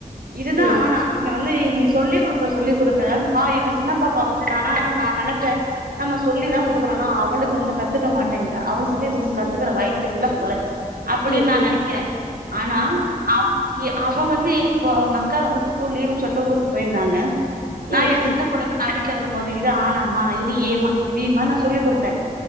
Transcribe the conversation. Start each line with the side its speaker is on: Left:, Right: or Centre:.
Right: இதுதான்
Left: ம்
Right: ஆனா நீங்க வந்து நீங்க சொல்லிக் குடுக்க சொல்லி குடுக்க பா எங்க சின்னப்பாப்பா வந்து நானா நான் நெனைப்பேன் நம்ம சொல்லி தான்
Left: ம்
Right: குடுக்குறோனா அவளுக் கு வந்து கத்துக்க மாட்டேங்கரா அவளுக் வந்து இது வந்து
Left: ம்
Right: கத்துக்கற வய சு இல்ல போல அப்டின்னு
Left: ம்
Right: நான்
Left: ம்
Right: நெனைக்கிறேன் ஆனா அ அவ வந்து இப்போ அவுங்க அக்கா வந்து ஸ்கூல் லீவுன்னு சொல்ட்டு ஊருக்கு போயிருந்தாங்க
Left: ம் ம் ம் ம்
Right: நான் என் சின்ன பொண்ணுக்கு நான் வீட் ல இருக்கும்போது இது ஆனாமா இது ஏமா இது பீமானு நா சொல்லி குடுத்தேன்